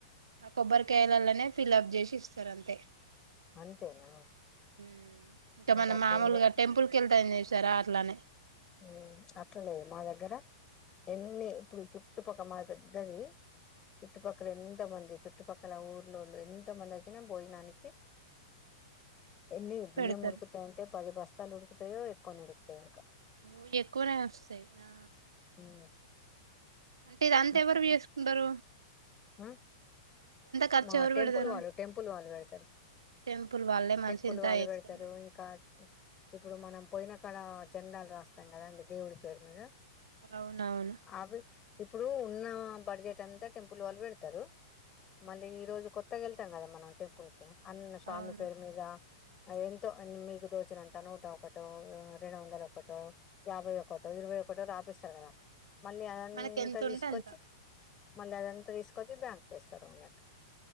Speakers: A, on the right (about 75°); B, on the left (about 25°).
A: ఆ కొబ్బరికియాల నే ఫిలబ్ జేసి ఇస్తారు అంతె
B: అంతేనా?
A: మ్ ఇంక
B: మాకు
A: మనం
B: అట్లేం
A: మామూలుగా
B: లేదు.
A: టెంపుల్ కేళ్తాం చరా అట్లానే
B: ఆ అట్లాలేదు మా దగ్గర ఎన్ని ఇప్పుడు చుట్టుపక్క మాది పెద్దది చుట్టుపక్కల ఎంత మంది చుట్ చుట్టుపక్కల ఊర్లోళ్ళు ఎంత మంది వచ్చినా భోజనానికి ఎన్ని బియ్యం
A: పెడతారు
B: ఉడుకుతాయంటే పది బస్తాలు ఉడు కుతాయో ఎక్కువ అన్ని ఉడుకుతాయో ఇంక
A: ఓ ఎక్కువనే వస్తాయి నా
B: ఉమ్
A: అంటే ఇది అంతా
B: అట్లా
A: ఎవరు ఏసుకుంటారు
B: ఆ
A: ఖర్చు
B: మా
A: ఎవరు
B: టెంపుల్
A: పెడతారు
B: వాళ్ళు టెంపుల్ వాళ్ళు పెడతారు
A: టెంపుల్ వాళ్ళే మనిషి
B: టెంపుల్
A: ఇంత
B: వాళ్ళు
A: వేసుకొని
B: పెడతారు
A: పెట్
B: ఇంకా ఇప్పుడు మనం పోయినకాడ చందాలు రాస్తాం కదా అండి దేవుడి పేరు మీద
A: అవునవును
B: అవి ఇప్పుడు ఉన్న బడ్జెట్ అంతా టెంపుల్ వాళ్ళు పెడతారు మళ్ళీ ఈ రోజు కొత్తగలి కద మనం టెంపుల్ కి అన్నీ స్వామి
A: అవును
B: పేరు మీద ఎంతో మీకు తోచినంత నూట ఒకటో రెండు వందలోకటో యాభై ఒకటో ఇరవై ఒకటో రాత్ ఇస్తరు కదా మళ్ళీ అదంతా
A: మనకి ఎంత
B: తీసుకొచ్చి
A: ఉంటే అంత
B: మళ్ళీ అదంతా తీసుకొచ్చి బ్యాంక్ లో వేస్తారు అన్నట్